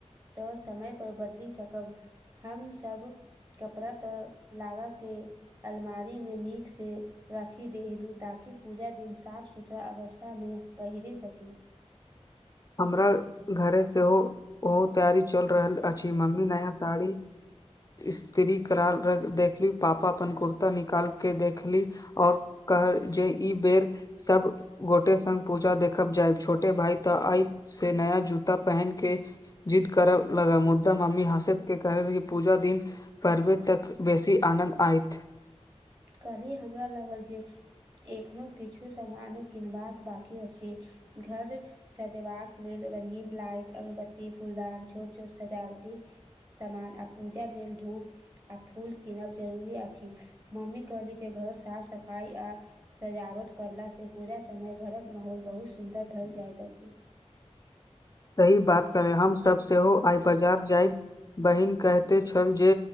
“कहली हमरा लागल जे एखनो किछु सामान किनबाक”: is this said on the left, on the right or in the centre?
Right